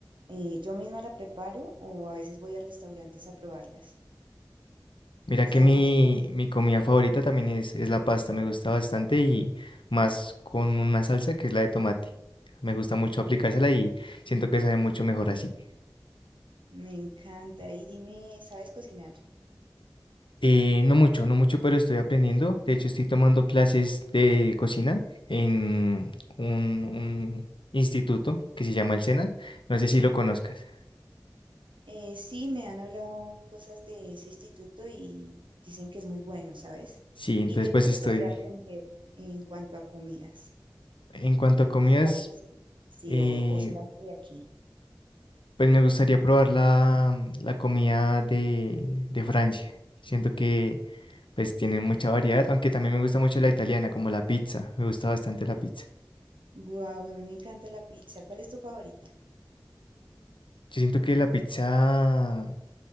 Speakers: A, on the right (about 80°); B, on the left (about 90°).
A: eh, yo misma la preparo o a veces voy a restaurantes a probarlas.
B: Mira
A: Me gusta
B: que mi,
A: demasiado.
B: mi comida favorita también es, es la pasta, me gusta bastante y más con una salsa que es la de tomate. Me gusta mucho aplicársela y siento que sabe mucho mejor así.
A: Me encanta. Y dime, ¿sabes cocinar?
B: Eh, no mucho, no mucho, pero estoy aprendiendo. De hecho, estoy tomando clases de cocina en un, un instituto que se llama el SENA. No sé si lo conozcas.
A: Eh, sí, me han hablado cosas de ese instituto y dicen que es muy bueno, ¿sabes?
B: Sí, entonces
A: ¿Y qué
B: pues
A: te gustaría
B: estoy...
A: aprender en cuanto a comidas?
B: En cuanto
A: ¿De
B: a comidas,
A: qué países? Sí,
B: eh,
A: o, o solamente de aquí.
B: pues me gustaría probar la, la comida de, de Francia. Siento que pues tienen mucha variedad, aunque también me gusta mucho la italiana, como la pizza. Me gusta bastante la pizza.
A: Guau, a mí me encanta la pizza. ¿Cuál es tu favorita?
B: Yo siento que la pizza,